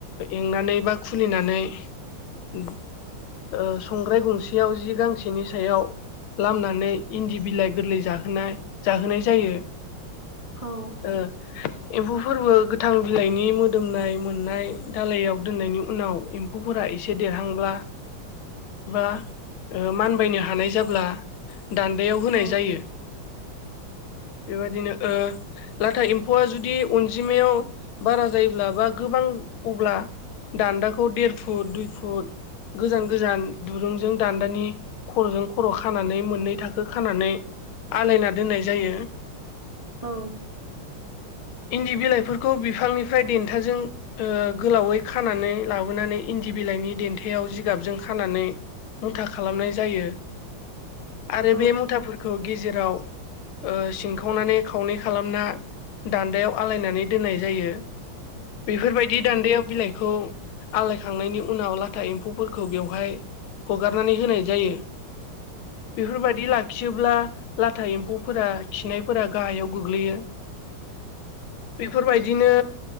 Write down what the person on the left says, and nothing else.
एंनानै बा खुलिनानै ओ संग्राय गंसेयाव जि गांसेनि सायाव लामनानै इन्दि बिलाइ गोरलै जाहोनाय जाहोनाय जायो।
ओ एम्फौ फोरबो गोथां बिलाइनि मोदोमनाय मोननाय दालायाव दोननायनि उनाव एम एम्फौफोरा एसे देरहांब्ला बा ओ मानबायनो हानाय जाब्ला दान्दायाव होनाय
जायो बेबदिनो ओ लाथा एम्फौआ जुदि अनजिमायाव बारा जायोब्ला बा गोबां अब्ला दान्दाखौ देर फुट दुइ फुट गोजान-गोजान दुरुंजों दान्दानि खर'जों खर' खानानै मोननै थाखो खानानै आलायना दोननाय जायो।
इन्दि बिलाइफोरखौ बिफांनिफ्राय देन्थाजों ओ गोलावै खानानै लाबोनानै इन्दि बिलाइनि देन्थायाव जिगाबजों खानानै मुथा खालामनाय जायो। आरो
बे मुथाफोरखौ गेजेराव ओ सिंखावनानै खावनै खालामना दान्दायाव आलायनानै दोननाय जायो बेफोरबायदि दान्दायाव बिलाइखौ आलायखांनायनि उनाव लाथा एम्फौफोरखौ बेवहाय हगारनानै होनाय जायो। बेफोरबायदि लाखियोब्ला लाथा एम्फौफोरा खिनायफोरा गाहायाव गोग्लैयो बेफोरबायदिनो